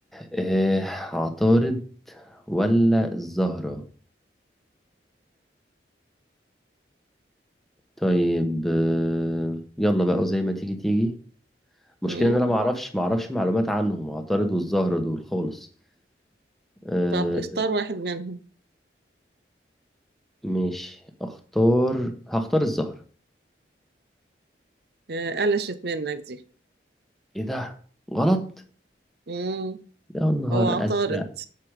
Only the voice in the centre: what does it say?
آه، عطارد ولا الزهرة طيب آه، يلا بقى زي ما تيجي تيجي مشكلة
إن أنا معرفش معرفش معلومات عنهم عطارد والزهرة دول خالص آه،
مش اختار هختار الزهر
ايه ده غلط
يا نهار
ازرق